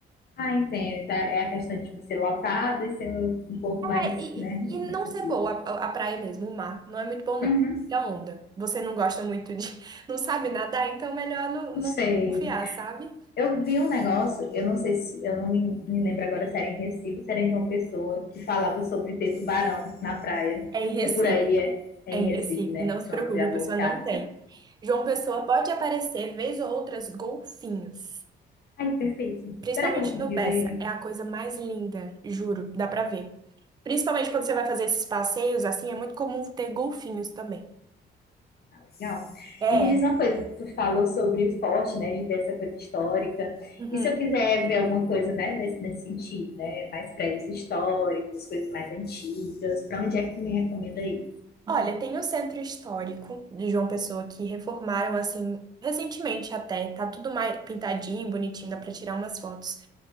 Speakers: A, on the left; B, on the right.
A: Ah, entendo. Então, é a questão de tipo, ser lotado e ser um um pouco mais,
B: É, e,
A: né,
B: e não
A: acessível.
B: ser boa a, a praia mesmo, o mar, não é muito bom, não.
A: Hum,
B: Da onda. Você não gosta muito de. <laughs> Não sabe nadar, então é melhor não,
A: não
B: não
A: sei.
B: confiar, sabe?
A: Eu vi um negócio, eu não sei se, eu não me, me lembro agora se era em Recife ou se era em João Pessoa, que falava sobre ter tubarão na praia.
B: É em Recife.
A: É por aí, é, é
B: É
A: em
B: em
A: Recife,
B: Recife,
A: né?
B: não se
A: Pronto,
B: preocupe,
A: já
B: a
A: vou
B: pessoa
A: buscar.
B: não tem. João Pessoa pode aparecer, vez ou outras, golfinhos.
A: Ai, perfeito.
B: Principalmente
A: Será que eu vou conseguir
B: no Bessa.
A: ver?
B: É a coisa mais linda, juro, dá pra ver. Principalmente quando você vai fazer esses passeios, assim, é muito comum ter golfinhos também.
A: Ah, legal.
B: É.
A: E me diz uma coisa, tu falou sobre o forte, né, de ter essa coisa histórica.
B: uhum.
A: E se eu quiser ver alguma coisa, né, nesse, nesse sentido, né, mais prédios históricos, coisas mais antigas, para onde é que tu me recomenda aí?
B: Olha, tem o centro histórico de João Pessoa que reformaram, assim, recentemente até. Tá tudo mais pintadinho, bonitinho, dá pra tirar umas fotos.